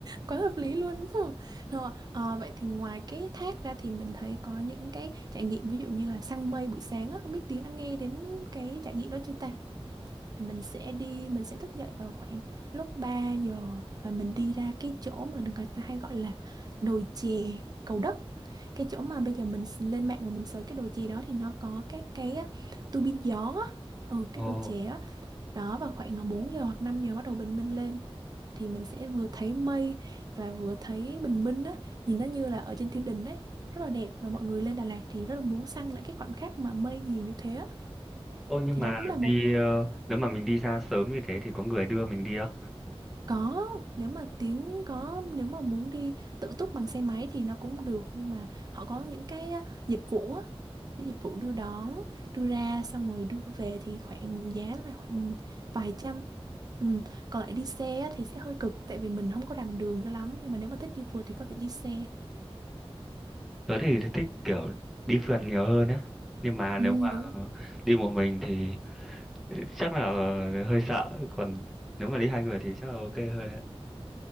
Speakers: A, on the right; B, in the centre.
A: quá hợp lý luôn đúng không rồi ờ, vậy thì ngoài cái thác ra thì mình thấy có những cái trải nghiệm ví dụ như là săn mây buổi sáng á không biết Tiến đã nghe đến cái trải nghiệm đó chưa ta là mình sẽ đi mình sẽ thức dậy vào khoảng lúc 3 giờ và mình đi ra cái chỗ mà người ta hay gọi là đồi chè Cầu Đất cái chỗ mà bây giờ mình s- lên mạng và mình search cái đồi chè đó thì nó có các cái á, tua bin gió á. ừ
B: Ồ,
A: cái đồi chè á đó vào khoảng ờ, 4 giờ hoặc 5 giờ bắt đầu bình minh lên thì mình sẽ vừa thấy mây và vừa thấy bình minh á nhìn nó như là ở trên thiên đình đấy rất là đẹp và mọi người lên Đà Lạt thì rất là muốn săn lại cái khoảnh khắc mà mây nhiều như thế á
B: ô nhưng
A: thì
B: mà
A: đó cũng là một
B: đi ờ, nếu mà mình đi ra sớm như thế thì có người đưa mình đi không?
A: Có, nếu mà tiếng có nếu mà muốn đi tự túc bằng xe máy thì nó cũng được nhưng mà họ có những cái á, dịch vụ á, cái dịch vụ đưa đón, đưa ra xong rồi đưa về thì khoảng giá là khoảng vài trăm. Ừ. Còn lại đi xe á thì sẽ hơi cực tại vì mình không có rành đường cho lắm nhưng mà nếu mà thích đi phượt thì có thể đi xe.
B: Tớ thì thích kiểu đi phượt nhiều hơn á. Nhưng mà
A: Ừ,
B: nếu mà
A: đúng.
B: đi một mình thì chắc là ờ, hơi sợ còn nếu mà đi hai người thì chắc là ok hơn